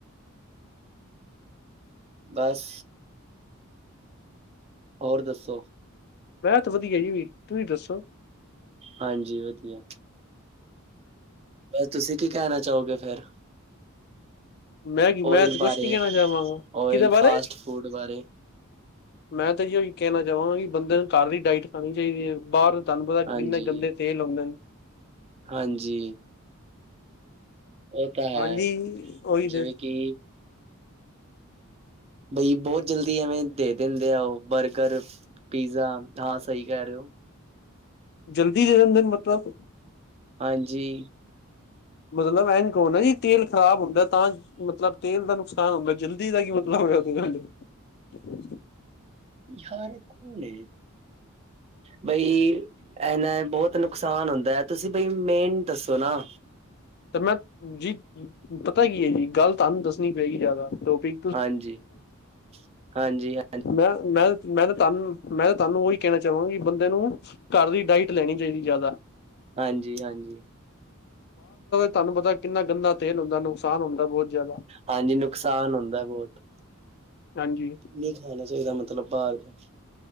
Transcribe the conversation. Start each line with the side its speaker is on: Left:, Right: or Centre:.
Right: ਬਸ ਹੋਰ ਦੱਸੋ।
Left: ਬੋਤ ਵਧੀਆ ਜੀ ਵੀ ਤੁਸੀਂ ਦੱਸੋ।
Right: ਹਾਂਜੀ ਵਧੀਆ। ਬਸ ਤੁਸੀਂ ਕੀ ਕੈਣਾ ਚਾਓਗੇ ਫੇਰ।
Left: ਮੈਂ ਕੀ
Right: ਓਇਲ
Left: ਮੈਂ ਤੇ
Right: ਬਾਰੇ
Left: ਕੁਛ ਨੀ ਕੈਣਾ ਚਵਾਂਗਾ
Right: ਓਇਲ
Left: ਕਿਦੇ ਬਾਰੇ?
Right: ਫਾਸਟ ਫੂਡ ਬਾਰੇ
Left: ਮੈਂ ਤਾਂ ਜੀ ਓਈ ਕੈਣਾ ਚਾਵਾਂਗਾ ਕੀ ਬੰਦੇ ਨੂੰ ਕਾਰ ਲੀ ਡਾਇਟ ਖਾਣੀ ਚਾਇਦੀ ਏ ਬਾਰ ਤੁਆਨੂੰ ਪਤੇ
Right: ਹਾਂਜੀ
Left: ਕਿੰਨੇ ਗੰਦੇ ਤੇਲ ਹੁੰਦੇ ਨ
Right: ਹਾਂਜੀ ਓ ਤਾਂ ਹੈ
Left: ਹਾਂਜੀ, ਉਹੀ
Right: ਜਿਵੇਂ
Left: ਤੇ
Right: ਕੀ ਬਈ ਬੋ ਜਲਦੀ ਐਵੇਂ ਦੇ ਦੇਂਦੇ ਆ ਓ ਬਰਗਰ। ਪੀਜ਼ਾ ਤਾਂ ਸਈ ਕੇ ਰੇ ਓ।
Left: ਜਲਦੀ ਦੇ ਦੇ ਦਿੰਦੇ ਨੇ ਮਤਲਬ?
Right: ਹਾਂਜੀ।
Left: ਮਤਲਬ ਐ ਨ ਕੌ ਨਾ ਜੀ ਤੇਲ ਖਰਾਬ ਹੁੰਦਾ ਤਾਂ ਮਤਲਬ ਤੇਲ ਦਾ ਨੁਕਸਾਨ ਹੁੰਦੈ ਜਲਦੀ ਦਾ ਕੀ ਮਤਲਬ <unintelligible>
Right: ਯਾਰ ਕੋਲ ਏ ਬਈ ਐ ਨੈ ਬੋਤ ਨੁਕਸਾਨ ਹੁੰਦੈ ਤੁਸੀਂ ਬਈ ਮੇਨ ਦੱਸੋ ਨਾ।
Left: ਤੇ ਮੈਂ ਜੀ ਪਤਾ ਕੀ ਏ ਜੀ ਗੱਲ ਤਾਨ ਦੱਸਣੀ ਪਏਗੀ ਜਾਦਾ ਟੋਪਿ
Right: ਹਾਂਜੀ-ਹਾਂਜੀ ਹ
Left: ਮੈਂ-ਮੈਂ-ਮੈਂ ਤਾਂ ਤਾਨੂੰ ਮੈਂ ਤਾਂ ਤਾਨੂੰ ਓਈ ਕੈਣਾ ਚਾਵਾਂਗੀ ਬੰਦੇ ਨੂੰ ਘਾਰ ਦੀ ਡਾਇਟ ਲੈਣੀ ਚਾਇਦੀ ਜਾਦਾ।
Right: ਹਾਂਜੀ-ਹਾਂਜੀ।
Left: ਤਾਨੂੰ ਪਤਾ ਕਿੰਨਾ ਗੰਦਾ ਤੇਲ ਹੁੰਦਾ ਨੁਕਸਾਨ ਹੁੰਦਾ ਬੋਤ ਜਾਦਾ।
Right: ਹਾਂਜੀ ਨੁਕਸਾਨ ਹੁੰਦੈ ਬੋਤ।
Left: ਹਾਂਜੀ।
Right: ਨਈ ਖਾਣਾ ਚਾਇਦਾ ਮਤਲਬ ਬਾਰ ਦਾ।